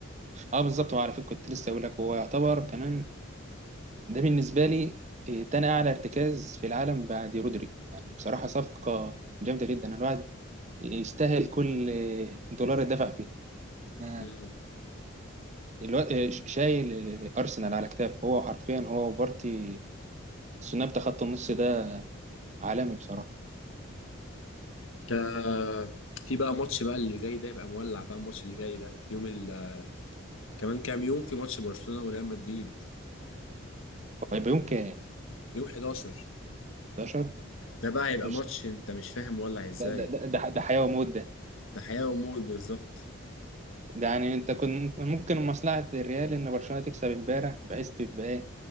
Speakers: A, on the right (about 35°); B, on the left (about 75°).
A: اه بالظبط وعلى فكره كنت لسه اقول لك هو يعتبر كمان ده بالنسبه لي إيه، تاني اعلى ارتكاز في العالم بعد رودري يعني بصراحه صفقه جامده جدا الواحد يستاهل كل إيه، دولار اتدفع فيه أنا
B: امم
A: الواد إيه، ش- شايل إيه، ارسنال على كتاف هو حرفيا هو وبارتي الثنائي بتاع خط النص ده عالمي بصراحه
B: تا- في بقى ماتش بقى اللي جاي ده يبقى مولع بقى الماتش اللي جاي ده يوم ال... كمان كام يوم في ماتش برشلونه وريال مدريد
A: هيبقى يوم كام
B: يوم 11
A: 11
B: ده بقى هيبقى
A: قشطه
B: ماتش انت مش فاهم مولع ازاي
A: ده ده ده ده ده حياه وموت ده
B: ده حياه وموت بالظبط
A: ده يعني انت كنت ممكن مصلحه الريال ان برشلونه تكسب امبارح بحيث تبقى